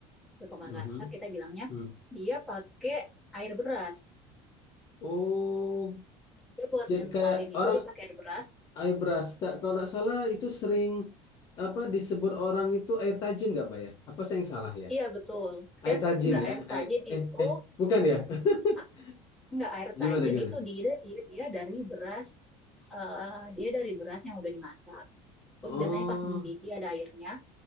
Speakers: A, in the centre; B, on the left.
A: contoh
B: mhm,
A: Makassar kita bilangnya
B: hmm.
A: dia pakai air beras.
B: Oh,
A: Dia buat
B: jadi
A: ngentalin
B: kayak
A: itu
B: orang
A: dia pakai air beras.
B: Air beras. Tak- Kalau nggak salah itu sering apa disebut orang itu air tajin nggak Mbak ya? Apa saya yang salah ya?
A: Iya betul.
B: Air
A: Eh,
B: tajin
A: nggak
B: ya?
A: air tajin
B: Air, eh
A: itu,
B: eh bukan ya? <laughs>
A: ah, nggak air
B: Gimana
A: tajin
B: gimana?
A: itu dia dia dia dari beras. eh, dia dari beras yang udah dimasak. Terus
B: Oh
A: biasanya pas mendidih ada airnya,